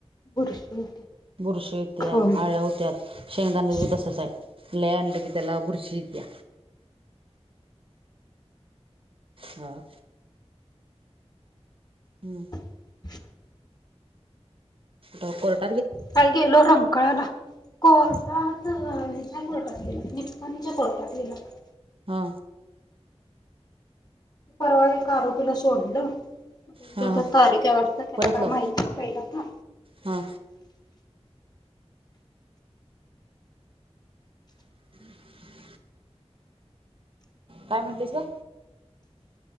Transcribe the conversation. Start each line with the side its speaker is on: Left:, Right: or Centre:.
Left: बुरशी येते
Right: बुरशी येत्या,
Left: होय
Right: आळ्या होत्यात, शेंगदाण्यात
Left: बुरशी
Right: बी तस
Left: येते
Right: लई आणलं की त्याला बुरशी ईत्या. हा. हु...
Left: <unintelligible>
Right: डॉ कट
Left: काल गेलो राहून. कळाला कोर्टात अ हेच्या कोर्टात गेलेला निपाणी च्या कोर्टात गेला होता.
Right: हा
Left: परवा एका आरोपीला सोडलं. मग
Right: हा
Left: ते जी
Right: हा
Left: काय तारीख हाय वाटतं त्याला
Right: परत
Left: काय
Right: लाव
Left: माहिती पहिजेल आता.
Right: हा <unintelligible> काय म्हणलीस गं?